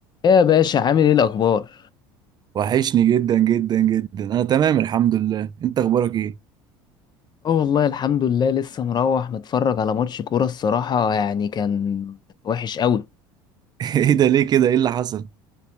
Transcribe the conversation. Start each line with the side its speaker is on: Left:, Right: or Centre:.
Left: ايه يا باشا عامل ايه الاخبار
Right: وحشني جدا جدا جدا انا تمام الحمد لله انت اخبارك ايه
Left: اه والله الحمد لله لسه مروح متفرج على ماتش كوره الصراحه يعني كان وحش قوي
Right: <laughs> ايه ده ليه كده ايه اللي حصل